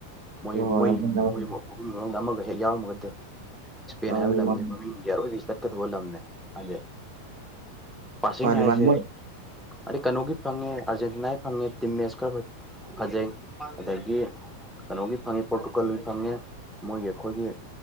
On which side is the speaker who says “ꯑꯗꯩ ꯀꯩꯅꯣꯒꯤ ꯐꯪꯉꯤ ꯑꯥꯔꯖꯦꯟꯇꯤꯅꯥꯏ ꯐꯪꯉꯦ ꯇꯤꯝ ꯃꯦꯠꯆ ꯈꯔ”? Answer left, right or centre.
Centre